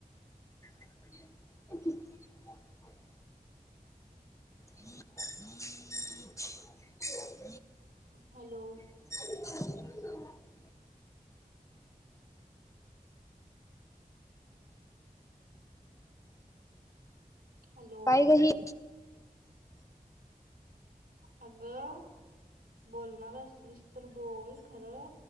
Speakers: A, on the left (about 20°); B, on the right (about 85°).
A: <unintelligible> हम हम <unintelligible>
B: हॅलो.
A: <unintelligible>
B: हॅलो.
A: काय ग ही.
B: अगं बोलणार असलीस तर बोल खरं